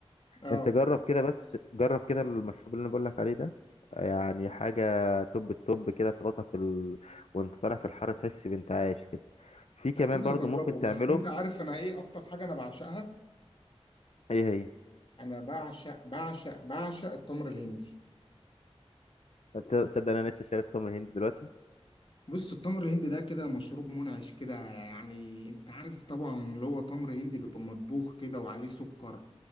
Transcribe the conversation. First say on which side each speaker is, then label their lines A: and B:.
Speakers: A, on the left; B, on the left.
A: آه.
B: انت جرب كده بس جرب كده المشروب اللي انا بقول لك عليه ده يعني حاجه توب التوب كده تغطى في ال... وانت طالع في الحر تحس بانت عايش كده في كمان
A: اكيد
B: برضو
A: هجربه
B: ممكن تعمله
A: بس انت عارف انا ايه اكتر حاجه انا بعشقها
B: ايه هي
A: انا بعشق بعشق بعشق التمر الهندي
B: أنت تصدق انا لسه شارب تمر هند دلوقتي
A: بص التمر الهندي ده كده مشروب منعش كده يعني انت عارف طبعا اللي هو تمر هندي بيبقى مطبوخ كده وعليه سكر